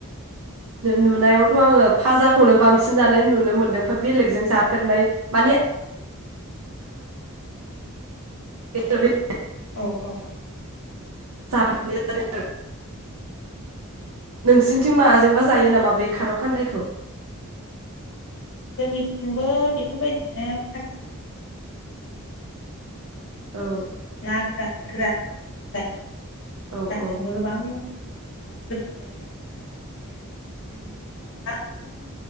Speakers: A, on the right; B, on the left.
A: नुनायावथ' आङो फाजाखौनो बांसिन जानाय नुनो मोनदों ओमफ्राय बेलेगजों जाफेरनाय माने । <inaudible>
B: औ औ औ
A: जाफेरनाय जादों नोंसिनिथिं माजोंबा जायो नामा बे खारौ खान्दायखौ
B: जोंनिथिंबो बेफोरबायदिनो फाजा खायफा खायफाया
A: औ
B: ना गोर गोरान नाजोंबो जायो न
A: औ
B: रजग
A: औ
B: बां <unintelligible> गोथाव जायो आरो बे खारं खान्दाया जोंनि ओनसोलावहाय बांसिनानो